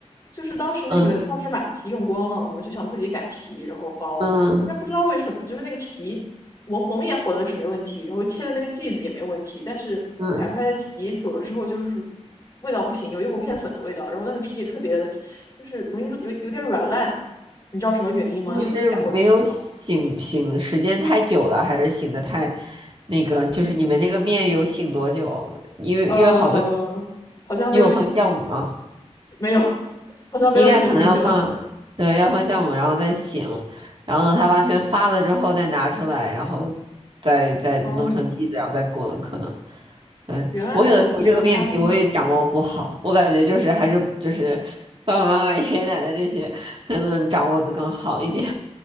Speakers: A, on the left; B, on the right.
A: 就是当时那个超市买的皮用光了，
B: 嗯
A: 我们就想自己擀皮然后包，
B: 嗯
A: 但是不知道为什么，就是那个皮我们和面和的是没问题，然后切的那个剂子也没问题，但是擀出来的皮煮了之后就是
B: 嗯，
A: 味道不行，有一股面粉的味道，然后那个皮也特别就是容易有有点软烂，你知道什么原因吗？
B: 他们是没有醒醒时间太久了，
A: 你有自己擀过皮吗？
B: 还是醒的太那个？就是你们那个面有醒多久？因为因为好多
A: 呃，好像没有醒，
B: 你有放酵母吗？
A: 没有，好像没有醒很久。
B: 应该可能要放，对，要放酵母，然后再醒，然后等它完全发了之后再拿出来，然后再再弄成剂子，
A: 哦，
B: 然后再滚，可能。对，
A: 原来饺子皮还要发面。
B: 我有的时候这个面皮我也掌握不好，我感觉就是还是就是爸爸妈妈、爷爷奶奶这些可能掌握的更好一点。